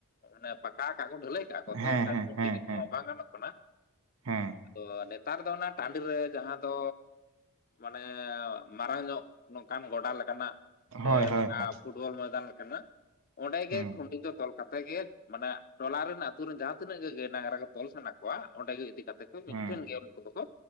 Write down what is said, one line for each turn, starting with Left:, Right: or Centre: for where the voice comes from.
Left: ᱢᱟᱱᱮ ᱯᱟᱠᱟ ᱠᱟᱜᱼᱟ ᱠᱚ ᱰᱷᱟᱹᱞᱟᱹᱭ ᱠᱟᱜᱼᱟ ᱠᱚ ᱛᱚ
Right: ᱦᱮᱸ
Left: ᱟᱠᱩᱛᱤᱜᱮ
Right: ᱦᱮᱸ ᱦᱮᱸ ᱦᱮᱸ
Left: ᱵᱟᱝ ᱜᱟᱱᱚᱜ ᱠᱟᱱᱟ ᱾
Right: ᱦᱮᱸ
Left: ᱫᱚ ᱱᱮᱛᱟᱨ ᱫᱚ ᱚᱱᱟ ᱴᱟᱺᱰᱤ ᱨᱮ ᱡᱟᱦᱟᱸ ᱫᱚ ᱢᱟᱱᱮ ᱢᱟᱨᱟᱝ ᱧᱚᱜ ᱱᱚᱝᱠᱟᱱ ᱜᱚᱰᱟ ᱞᱮᱠᱟᱱᱟᱜ
Right: ᱦᱳᱭ
Left: ᱥᱮ
Right: ᱦᱳᱭ
Left: ᱱᱚᱝᱠᱟ
Right: ᱦᱳᱭ
Left: ᱯᱷᱩᱴᱵᱚᱞ ᱢᱚᱭᱫᱟᱱ ᱞᱮᱠᱟᱱᱟᱜ ᱚᱸᱰᱮ
Right: ᱦᱮᱸ
Left: ᱜᱮ ᱠᱷᱩᱱᱴᱤ ᱫᱚ ᱛᱚᱞ ᱠᱟᱛᱮ ᱜᱮ ᱢᱟᱱᱮ ᱛᱚ ᱚᱱᱟ ᱨᱮᱱ ᱡᱟᱦᱟᱸ ᱛᱤᱱᱟᱹᱜ ᱜᱮ ᱜᱟᱹᱭ ᱰᱟᱺᱝᱨᱟ ᱠᱚ ᱛᱚᱞ ᱥᱟᱱᱟ ᱠᱚᱣᱟ ᱚᱸᱰᱮ ᱜᱮ ᱤᱫᱤ ᱠᱟᱛᱮ ᱠᱚ ᱢᱤᱫᱴᱷᱮᱱ
Right: ᱦᱮᱸ
Left: ᱜᱮ ᱾ ᱩᱱᱠᱩ ᱠᱚ